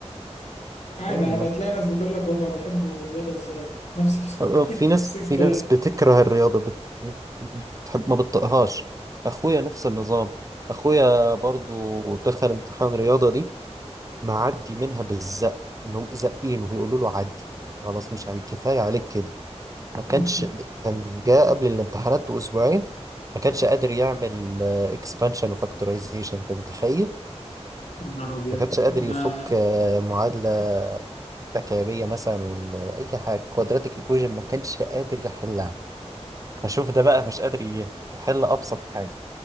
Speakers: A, on the left; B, on the right.
A: عادي
B: يلا
A: عادي هتلاقي ناس بتقول لك هما بيحبوا الرياضة ازاي نفس
B: آه، في
A: ال-
B: ناس
A: <laughs> نفس الكلام
B: في ناس بتكره الرياضة بت... بتحب ما بتطقهاش اخويا نفس النظام اخويا برضو دخل امتحان رياضة دي معدي منها بالزق اللي هم زقين وبيقولوا له عدي خلاص مش عايز كفاية عليك كده ما كانش
A: يا
B: كان جاء قبل الامتحانات بأسبوعين ما كانش قادر يعمل اكسبانشن وفاكتورايزيشن انت متخيل
A: نهار أبيض
B: ما كانش قادر
A: ده
B: يفك آه، معادلة تكعيبية مثلا ولا أي حاجة كوادراتيك ايكويجن ما كانش قادر يحلها فشوف ده بقى مش قادر ي- يحل ابسط حاجه